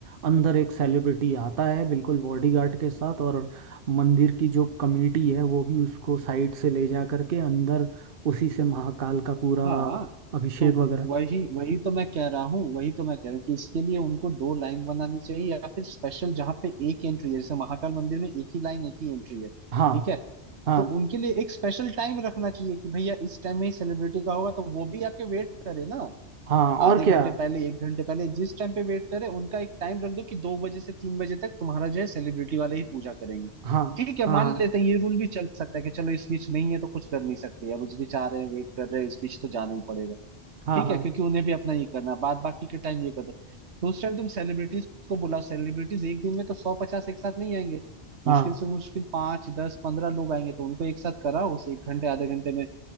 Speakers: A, on the right; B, on the right.
A: अंदर एक सेलिब्रिटी आता है बिल्कुल बॉडीगार्ड के साथ और मंदिर की जो कमेटी है वो भी उसको साइड से ले जा करके अंदर उसी से महाकाल का पूरा
B: हाँ
A: अभिषेक
B: तो
A: वगैरह
B: वही वही तो मैं कह रहा हूँ वही तो मैं कह रहा हूँ कि इसके लिए उनको दो लाइन बनानी चाहिए या फिर स्पेशल जहाँ पे एक एंट्री है जैसे महाकाल मंदिर में एक ही लाइन एक ही एंट्री है
A: हाँ
B: ठीक है
A: हाँ
B: तो उनके लिए एक स्पेशल टाइम रखना चाहिए कि भैया इस टाइम में ही सेलिब्रिटी का होगा तो वो भी आके वेट करे ना
A: हाँ
B: आधे
A: और क्या
B: घंटे पहले एक घंटे पहले जिस टाइम पे वेट करे उनका एक टाइम रख दो कि दो बजे से तीन बजे तक तुम्हारा जो है सेलिब्रिटी वाले ही पूजा करेंगे
A: हाँ
B: ठीक है
A: हाँ
B: मान लेते हैं ये रूल भी चल सकता है कि चलो इस बीच नहीं है तो कुछ कर नहीं सकते यार उस बीच आ रहे हैं वेट कर रहे हैं इस बीच तो जाना ही पड़ेगा
A: हाँ
B: ठीक
A: हाँ
B: है
A: हाँ
B: क्योंकि उन्हें भी अपना ये करना है, बाद बाकी के टाइम ये करते तो उस टाइम तुम सेलिब्रिटीज को बुलाओ सेलिब्रिटीज एक दिन में तो सौ पचास एक साथ नहीं आएंगे
A: हाँ
B: मुश्किल से मुश्किल पांच दस पंद्रह लोग आएंगे तो उनको एक साथ कराओ उसे एक घंटे आधे घंटे में